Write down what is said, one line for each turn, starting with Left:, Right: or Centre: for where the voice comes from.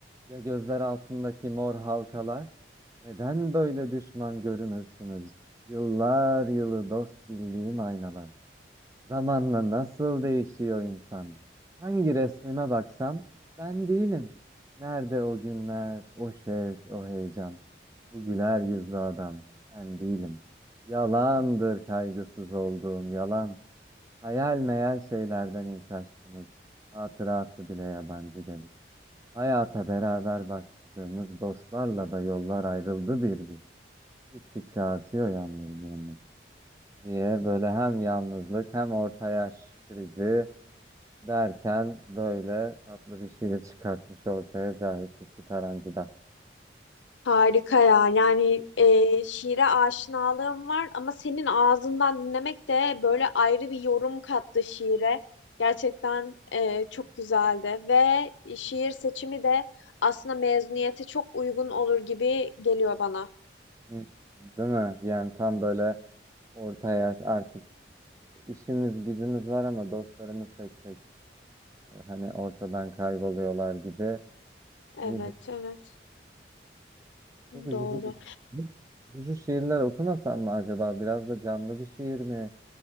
Right: Ya gözler altındaki mor halkalar? Neden böyle düşman görünürsünüz? Yıllar yılı dost bildiğim aynalar. Zamanla nasıl değişiyor insan? Hangi resmime baksam ben değilim. Nerede o günler, o şevk, o heyecan? Bu güler yüzlü adam ben değilim. Yalandır kaygısız olduğum yalan. Hayal meyal şeylerden ilk aşkımız. Hatırası bile yabancı gelir. Hayata beraber başladığımız dostlarla da yollar ayrıldı bir bir. Gittikçe artıyor yalnızlığımız diye böyle hem yalnızlık hem orta yaş krizi Derken böyle tatlı bir şiir çıkartmış ortaya Cahit Lütfü Tarancı'da.
Left: Harika ya yani e, şiire aşinalığım var ama senin ağzından dinlemek de böyle ayrı bir yorum kattı şiire. Gerçekten e, çok güzeldi ve şiir seçimi de aslında mezuniyete çok uygun olur gibi geliyor bana.
Right: Hı. Değil mi? Yani tam böyle orta yaş artık işimiz gücümüz var ama dostlarımız tek tek e, hani ortadan kayboluyorlar gibi.
Left: Evet
Right: Öyle.
Left: evet
Right: Çok üzücü.
Left: doğru.
Right: bir- Hı? Üzücü şiirler okumasam mı acaba? Biraz da canlı bir şiir mi